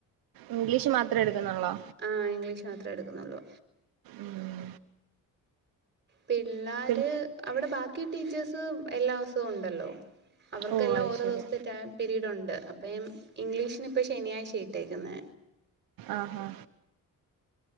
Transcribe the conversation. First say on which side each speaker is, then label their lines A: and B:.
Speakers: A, on the right; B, on the right.
A: ഇംഗ്ലീഷ് മാത്രേ എടുക്കുന്നുള്ളോ
B: ആഹ് ഇംഗ്ലീഷ് മാത്രേ എടുക്കുന്നുള്ളു.
A: ഉം
B: പിള്ളേര്
A: പിൻ
B: അവിടെ ബാക്കി ടീച്ചേഴ്സ് എല്ലാ സുംഉണ്ടല്ലോ അവർക്കെല്ലാം
A: ഓ അത്
B: ഓരോ
A: ശരി
B: ദിവസത്തെ ട പീരീഡ ഉണ്ട് അപ്പൊ ഇംഗ്ലീഷന് ഇപ്പ ശനിയാഴ്ച ഇ. ട്ടേക്കുന്ന
A: ആഹാ